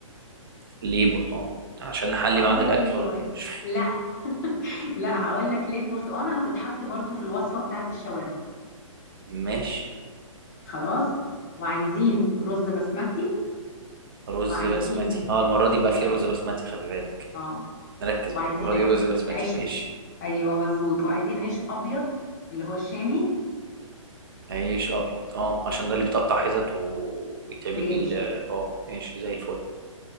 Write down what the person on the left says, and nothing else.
هقول
لك ليه
واحد
لا لا هقول لك ليه البرتقانه هتتحط برضو في الوصفه بتاعت الشاورما
خلاص وعايزين رز بسمتي
وعايزين
و...
اه
وعايزين
ع-
عيش
ايوه مظبوط وعايزين عيش ابيض اللي هو الشامي
وينشف